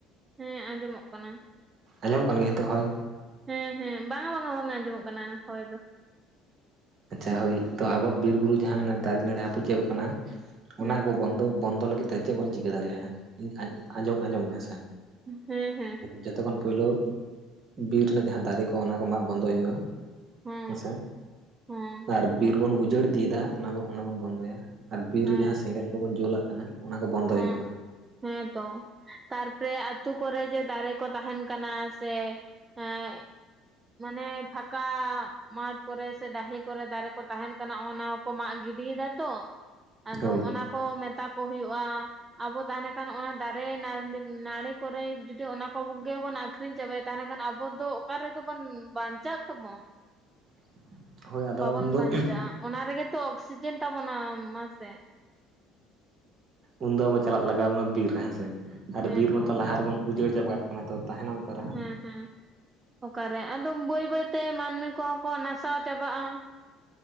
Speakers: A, on the right (about 25°); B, on the right (about 50°).
A: ᱦᱮᱸ ᱟᱸᱡᱚᱢᱚᱜ ᱠᱟᱱᱟ
B: ᱟᱸᱡᱚᱢ ᱠᱟᱱ ᱜᱮᱭᱟ ᱱᱤᱛᱚᱜ ᱦᱳᱭ
A: ᱦᱮᱸ ᱦᱮᱸ ᱵᱟᱝ ᱵᱟᱝᱼᱟ ᱵᱟᱝᱼᱟ ᱟᱸᱡᱚᱢᱚᱜ ᱠᱟᱱᱟ ᱦᱚᱭ ᱫᱚ
B: ᱟᱪᱪᱷᱟ ᱦᱳᱭ ᱛᱚ ᱟᱵᱚᱣᱟᱜ ᱵᱤᱨ ᱵᱩᱨᱩ ᱡᱟᱦᱟᱸ ᱫᱟᱨᱮ ᱱᱟᱹᱲᱤ ᱦᱟᱹᱯᱩᱫ ᱪᱟᱵᱟᱜ ᱠᱟᱱᱟ
A: ᱦᱮᱸ
B: ᱚᱱᱟ ᱟᱵᱚ ᱵᱚᱱᱫᱚ ᱵᱚᱱᱫᱚ ᱞᱟᱹᱜᱤᱫ ᱛᱮ ᱪᱮᱫ ᱵᱚᱱ ᱪᱤᱠᱟᱹ ᱫᱟᱲᱮᱭᱟᱜᱼᱟ ᱤᱧ ᱟᱸᱡᱚᱢ ᱟᱸᱡᱚᱢ ᱢᱮ ᱦᱮᱸᱥᱮ
A: ᱦᱮᱸ ᱦᱮᱸ
B: ᱡᱚᱛᱚ ᱠᱷᱚᱱ ᱯᱩᱭᱞᱳ ᱵᱤᱨ ᱨᱮᱱᱟᱜ ᱡᱟᱦᱟᱸ ᱫᱟᱨᱮ ᱠᱚ ᱚᱱᱟ ᱠᱚ ᱢᱟᱜᱽ ᱵᱚᱱᱫᱚᱭ ᱦᱳᱭᱳᱜᱼᱟ
A: ᱦᱮᱸ
B: ᱦᱮᱸᱥᱮ
A: ᱦᱮᱸ
B: ᱟᱨ ᱵᱤᱨ ᱵᱚᱱ ᱩᱡᱟᱹᱲ ᱤᱫᱤᱭᱮᱫᱟ ᱚᱱᱟ ᱚᱱᱟ ᱵᱚᱱ ᱵᱚᱱᱫᱚᱭᱟ ᱟᱨ ᱵᱤᱨ
A: ᱦᱮᱸ
B: ᱨᱮ ᱡᱟᱦᱟᱸ ᱥᱮᱸᱜᱮᱞ ᱠᱚᱵᱚᱱ ᱡᱩᱞᱟᱜ ᱚᱱᱟ ᱠᱚ ᱵᱚᱱᱫᱚᱭ
A: ᱦᱮᱸ
B: ᱦᱩᱭᱳᱩᱜᱼᱟ᱾
A: ᱦᱮᱸ ᱛᱚ ᱛᱟᱨᱯᱚᱨᱮ ᱟᱹᱛᱩ ᱠᱚᱨᱮ ᱡᱮ ᱫᱟᱨᱮ ᱠᱚ ᱛᱟᱦᱮᱱ ᱠᱟᱱᱟ ᱥᱮ ᱦᱮᱸ ᱢᱟᱱᱮ ᱯᱷᱟᱠᱟ ᱢᱟᱴ ᱠᱚᱨᱮ ᱥᱮ ᱰᱟᱹᱦᱤ ᱠᱚᱨᱮ ᱫᱟᱨᱮ ᱠᱚ ᱛᱟᱦᱮᱱ ᱠᱟᱱᱟ ᱚᱱᱟᱠᱚ ᱢᱟᱜᱽ ᱜᱤᱰᱤᱭᱮᱫᱟ ᱛᱚ ᱟᱫᱚ
B: ᱦᱳᱭ
A: ᱚᱱᱟ ᱠᱚ ᱢᱮᱛᱟ ᱠᱚ ᱦᱩᱭᱳᱩᱜᱼᱟ ᱟᱵᱚ ᱛᱟᱦᱮᱱᱮ ᱠᱷᱟᱱ ᱚᱱᱟ ᱫᱟᱨᱮ ᱱᱟᱹᱲᱤ ᱠᱚᱨᱮ ᱡᱩᱫᱤ ᱚᱱᱟ ᱠᱚᱜᱮ ᱵᱚᱱ ᱟᱠᱷᱨᱤᱧ ᱪᱟᱵᱟᱭᱛᱟ ᱛᱟᱦᱞᱮ ᱠᱷᱟᱱ ᱟᱵᱚ ᱫᱚ ᱚᱠᱟ ᱨᱮᱵᱚᱱ ᱵᱟᱧᱪᱟᱜ ᱛᱟᱵᱚᱱ
B: <inaudible> ᱦᱳᱭ ᱟᱫᱚ
A: ᱵᱟᱵᱚᱱ
B: ᱩᱱᱫᱚ
A: ᱵᱟᱧᱪᱟᱜᱼᱟ ᱚᱱᱟ ᱨᱮᱜᱮ ᱛᱚ ᱚᱠᱥᱤᱡᱮᱱ ᱛᱟᱵᱚᱱ ᱢᱟᱥᱮ
B: ᱩᱱ ᱫᱚ ᱟᱵᱚ ᱪᱟᱞᱟᱜ ᱞᱟᱜᱟᱣ ᱵᱚᱱᱟ ᱵᱤᱨ ᱦᱮᱸᱥᱮ ᱟᱨ
A: ᱦᱮᱸ
B: ᱵᱤᱨ
A: ᱛᱚ
B: ᱢᱟᱛᱚ ᱞᱟᱦᱟ ᱨᱮᱵᱚᱱ ᱩᱡᱟᱹᱲ ᱪᱟᱵᱟᱜ ᱠᱟᱱᱟ ᱛᱚ ᱛᱟᱦᱮᱱᱟᱢ ᱚᱠᱟ ᱨᱮ
A: ᱦᱮᱸ ᱦᱮᱸ ᱚᱠᱟᱨᱮ ᱟᱫᱚᱢ ᱵᱟᱹᱭ ᱵᱟᱹᱭ ᱛᱮ ᱢᱟᱹᱱᱢᱤ ᱠᱚᱦᱚᱸ ᱠᱚ ᱱᱟᱥᱟᱣ ᱪᱟᱵᱟᱜᱼᱟ